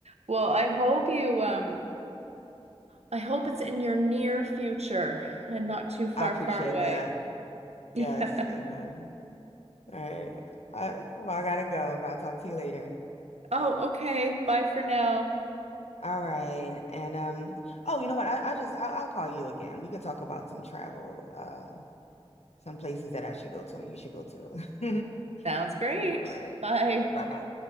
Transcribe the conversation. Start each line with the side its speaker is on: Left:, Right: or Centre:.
Right: Well, I hope you um I hope it's in your near future and not too far,
Left: I appreciate
Right: far away.
Left: that.
Right: <laughs> Yeah.
Left: Yes, amen. All right. I, well, I gotta go, but I'll talk to you later.
Right: Oh, okay. Bye for now.
Left: All right. And um, oh, you know what? I, i just I'll, I'll call you again. We could talk about some travel. Uh, some places that I should go to and you should go to. <laughs>
Right: Sounds great.
Left: All right.
Right: Bye.
Left: All right. Bye bye.